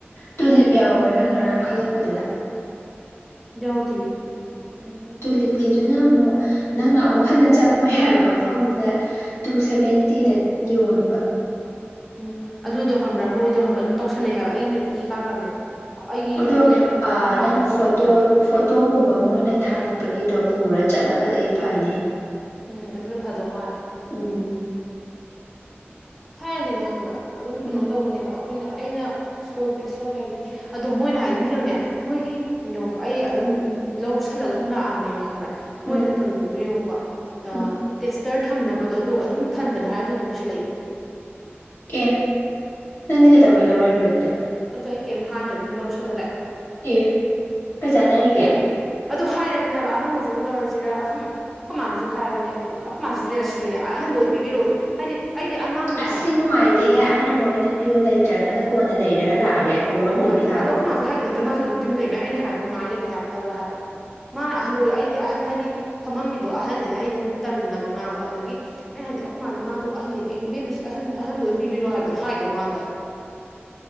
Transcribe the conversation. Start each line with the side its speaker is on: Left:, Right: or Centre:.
Left: ꯇꯨꯂꯤꯞ ꯌꯥꯎꯕ꯭ꯔꯥ ꯅꯪ ꯉꯔꯥꯡ ꯈꯜꯂꯛꯄꯗꯨꯗ
Centre: ꯌꯥꯎꯗꯤꯌꯦ
Left: ꯎꯝ ꯇꯨꯂꯤꯞꯀꯤꯗꯨꯅ ꯑꯃꯨꯛ ꯅꯪꯅ ꯑꯃꯨꯛ ꯍꯟꯅ ꯆꯪꯉꯣꯏ ꯍꯥꯏꯕ ꯃꯐꯝꯗꯨꯗ ꯇꯨ ꯁꯚꯦꯟꯇꯤꯗ ꯌꯣꯟꯕ
Centre: ꯎꯝ ꯑꯗꯨꯗꯣ ꯈꯪꯕ꯭ꯔꯥ ꯃꯣꯏꯗꯣ ꯈꯪꯕ꯭ꯔꯥ ꯑꯗꯨꯝ ꯇꯧꯁꯟꯅꯩ ꯍꯥꯏꯕ ꯑꯩꯅ ꯏ ꯀꯥꯈ꯭ꯔꯕꯅꯦ ꯑꯩꯒꯤ
Left: ꯑꯗꯣ
Centre: ꯑꯃ ꯂꯩꯔꯛꯄꯗꯣ ꯑꯩꯈꯣꯏ
Left: ꯅꯪ
Centre: ꯃꯥꯗ ꯑꯣꯏꯍꯟꯒꯅꯤ
Left: ꯐꯣꯇꯣ ꯐꯣꯇꯣꯒꯨꯝꯕ ꯃꯣꯏꯅ ꯊꯥꯒꯠꯄꯒꯤꯗꯣ ꯄꯨꯔ ꯆꯠꯂꯒꯗꯤ ꯐꯅꯤ
Centre: ꯎꯝ ꯑꯗꯨꯅ ꯐꯗꯧ ꯃꯥꯜꯂꯦ
Left: ꯎꯝ
Centre: ꯊꯥꯏꯅꯗꯤꯅꯦ ꯈꯪꯕ꯭ꯔꯥ ꯑꯗꯨꯝ ꯀꯩꯅꯣ
Left: ꯎꯝ
Centre: ꯇꯧꯕꯅꯦꯕ ꯑꯛ ꯑꯩꯈꯣꯏꯅ ꯑꯩꯅ ꯁꯣꯏꯕ ꯁꯣꯏꯕ ꯍꯥꯏꯕꯗꯤ ꯑꯗꯣ ꯃꯣꯏꯅ ꯍꯥꯏꯗꯤ ꯃꯤꯅꯅꯦ ꯃꯣꯏꯒꯤꯀꯣ ꯑꯩ ꯑꯗꯨꯝ ꯂꯧꯁꯜꯂꯒ ꯑꯗꯨꯝ ꯂꯥꯛꯑꯕꯅꯦꯕ ꯈꯪꯕ꯭ꯔꯥ ꯃꯣꯏꯅ
Left: ꯎꯝ
Centre: ꯇꯧꯔꯤꯗꯨꯕꯨ ꯌꯦꯡꯉꯨꯀꯣ ꯑꯥ
Left: ꯎꯝ
Centre: ꯇꯦꯁ ꯇꯔ ꯊꯝꯅꯕꯗꯣ ꯑꯗꯣ ꯑꯗꯨꯝ ꯊꯟꯕꯅꯦ ꯍꯥꯏꯔ ꯑꯗꯨ ꯑꯗꯨꯝ ꯄꯤꯁꯜꯂꯛꯏꯕ
Left: ꯑꯦ ꯅꯪꯗꯤ ꯀꯩꯗꯧꯕꯩ ꯂꯧꯔꯛꯏꯕ ꯑꯗꯨꯗꯤ
Centre: ꯑꯗꯣ ꯑꯩ ꯀꯦꯝ ꯍꯥꯏꯗ꯭ꯔꯦ ꯑꯗꯨꯝ ꯂꯧꯁꯤꯜꯂ ꯂꯥꯛꯑꯦ
Left: ꯑꯦ ꯀꯩ ꯆꯥꯟꯅꯔꯤꯒꯦ
Centre: ꯑꯗꯨ ꯍꯥꯏꯔꯕꯅꯦꯕ ꯑꯍꯟꯕꯖꯦ ꯑꯣꯏꯅ ꯂꯧꯔꯖꯤꯔ ꯑꯈꯨꯝ ꯑꯩꯈꯣꯏ ꯃꯥꯅꯁꯨ ꯍꯥꯏꯔꯕꯅꯦꯕ ꯑꯩꯈꯣꯏ ꯃꯥꯖꯤꯖꯨ ꯑꯁꯤꯖꯨꯅꯦ ꯑꯍꯟꯕ ꯑꯣꯏꯅ ꯄꯤꯕꯤꯔꯛꯑꯣ ꯑꯦ ꯍꯥꯏꯗꯤ ꯑꯩꯗꯤ ꯑꯉꯥꯡ ꯅꯠꯇ꯭ꯔꯥ
Left: ꯑꯁ ꯁꯤ ꯅꯨꯡꯉꯥꯏꯇꯦꯍꯦ ꯑꯍꯟꯕ ꯑꯣꯏꯅ ꯄꯤꯌꯣ ꯂꯩꯇ꯭ꯔꯒꯅ ꯀꯣꯟꯅ ꯂꯩꯔꯒ ꯂꯥꯛꯑꯒꯦ ꯀꯣꯛ ꯂꯧꯗꯕꯤ
Centre: ꯍꯣꯏ
Left: ꯂꯥꯛꯑꯔꯣꯏ
Centre: ꯑꯗꯣ ꯑꯩꯈꯣꯏ ꯃꯥꯖꯨ ꯍꯥꯏꯒꯗꯝ ꯃꯥꯁꯨ ꯑꯗꯨꯝ ꯇꯨꯝ ꯂꯩꯕꯩ ꯑꯩꯅ ꯍꯥꯏꯕ ꯉꯥꯏ ꯂꯩꯕ ꯇꯥꯏꯞ ꯇꯧꯋꯦ ꯍꯥꯏꯕ ꯃꯥꯅ
Left: ꯎꯝ
Centre: ꯑꯍꯟ ꯑꯣꯏ ꯑꯩꯗꯤ ꯑꯍꯟ ꯍꯥꯏꯗꯤ ꯐꯝꯃꯝꯃꯤꯗꯣ ꯑꯍꯜꯅꯤꯅ ꯑꯩꯗꯣꯃꯨ ꯇꯜꯂꯕ ꯉꯥꯡꯕ ꯑꯗꯨꯗꯒꯤ ꯑꯩꯅ
Left: ꯎꯝ
Centre: ꯍꯥꯏꯗꯤ ꯑꯩꯈꯣꯏ ꯃꯥ ꯃꯥꯗꯣ ꯑꯍꯟꯅꯤ ꯑꯦ ꯏꯕꯦꯝꯃ ꯁꯤ ꯑꯍꯟ ꯑꯍꯟꯗꯣ ꯑꯣꯏ ꯄꯤꯕꯤꯔꯛꯑꯣ ꯍꯥꯏꯕꯗꯣ ꯍꯥꯏꯗ ꯋꯥꯟꯅꯤꯗ